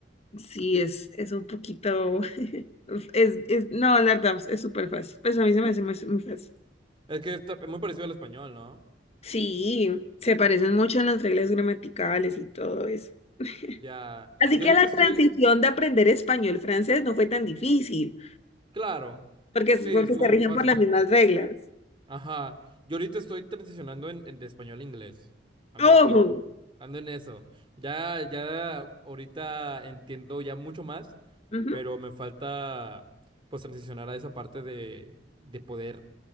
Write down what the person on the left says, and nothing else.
sí, es, es un poquito, <laughs> es, es, no, la verdad, es súper fácil, pues a mí se me hace muy muy fácil.
Sí, se parecen mucho en las reglas gramaticales y todo eso. <laughs>
Así
que
la
transición de aprender español-francés no fue tan difícil,
porque,
es- porque
se rigen
por las mismas reglas.
¡Ojo!
Ujú.